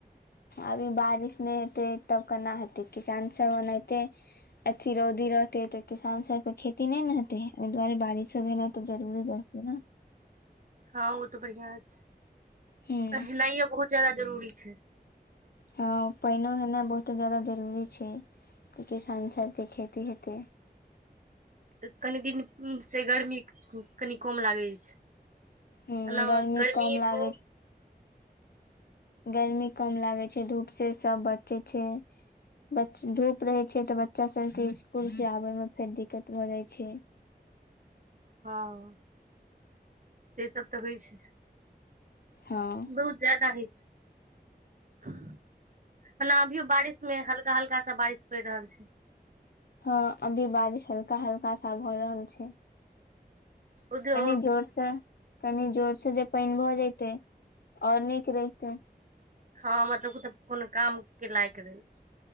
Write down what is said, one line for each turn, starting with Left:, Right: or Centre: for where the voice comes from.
Left: अभी बारिश नै हेतै तब केना हेतै किसानसभ ओनाहिते अथी रौदी रहतै तऽ किसान सभ के खेती नै ने हेतै एहि दुआरे बारिशो भेनाइ तऽ जरूरी रहै छैने
Right: हँ ओ तऽ बढ़ियां छै।
Left: हूँ
Right: पहीरनाइयै बहुत ज्यादा जरूरी छै।
Left: हँ पाईनो होेनाइ बहुते ज्यादा जरूरी छै। की किसान सभके खेती हेत
Right: तऽ कनि दिन से गर्मी कनि कम लागै अछि।
Left: हूँ
Right: हेलो गर्मी,
Left: कम लागै
Right: धुप
Left: गर्मी कम लागे छै धूप से सब बचे छै। बच धूप रहै छै तऽ बच्चा सबके स्कुल से आबयमे फेर दिक्कत भऽ जाइ छै।
Right: हँ, से सब तऽ होइ छै।
Left: हँ
Right: बहुत ज्यादा ही <inaudible> ला भीयो बारिश में हल हल्का - हल्का सा बारिश पइड़ रहल छै।
Left: हँ अभी बारिश हल्का-हल्का सा भऽ रहल छै।
Right: उधरो
Left: कनी जोर स कनी जोर सँ जे पाइन भऽ जेतै ओर नीक रहितै।
Right: हँ मतलब कोतो कोनो काम के लायक रहे